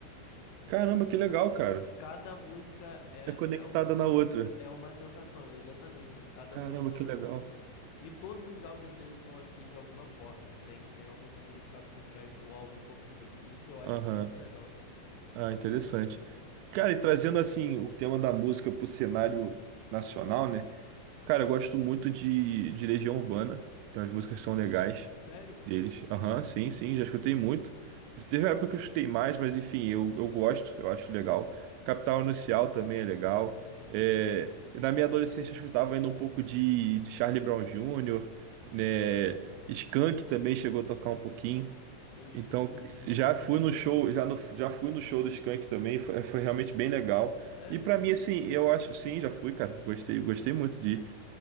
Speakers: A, on the right (about 85°); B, on the left (about 75°).
A: Caramba,
B: Tipo,
A: que legal, cara.
B: cada música é,
A: É conectada
B: é
A: na outra.
B: É uma sensação, exatamente. Cada
A: Caramba,
B: música é
A: que
B: uma
A: legal.
B: sensação. E todos os álbuns dele são assim de alguma forma. Tem, tem algum significado por trás do álbum como um todo. Isso eu acho
A: Aham.
B: muito legal.
A: Ah, interessante. Cara, e trazendo, assim, o tema da música pro cenário nacional, né? Cara, eu gosto muito de, de Legião Urbana, então as músicas são legais
B: Sério?
A: deles. Aham, sim, sim, já escutei muito. Teve uma época que eu escutei mais, mas enfim, eu, eu gosto, eu acho legal. Capital Inicial também é legal.
B: É Muito bom.
A: É, e na minha adolescência eu escutava ainda um pouco de, de Charlie Brown Jr., né? Skank também chegou a tocar um pouquinho.
B: Eu escuto
A: Então,
B: muito
A: já
B: Charlie
A: fui
B: Brown
A: no show,
B: Jr.
A: já, no, já fui no show do Skank também, foi, foi realmente bem legal.
B: Sério?
A: E pra mim, assim, eu acho, sim, já fui, cara, gostei, gostei muito de ir.